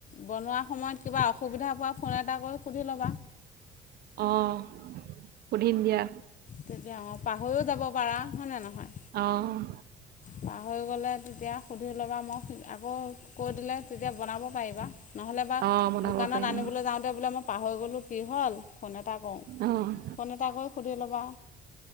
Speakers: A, on the left; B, on the right.
A: বনোৱাৰ সময়ত কিবা অসুবিধা পোৱা পৰা তা গৈ সুধি ল'বা।
B: অ', সুধিম দিয়া।
A: তেতিয়া অঁ পাহৰিও যাব পাৰা, হয়নে নহয়,
B: অ',
A: পাহৰি গ'লে তেতিয়া সুধি ল'বা, মই আকৌ কৈ দিলে তেতিয়া বনাব পাৰিবা নহ'লে বা
B: অ', বনাব
A: দোকানত
B: পাৰিম
A: আনিবলৈ যাওঁতে বোলে মই পাহৰি গ'লো কি হ'ল ফোন এটা কৰোঁ,
B: অ',
A: ফোন এটা কৰি সুধি ল'বা।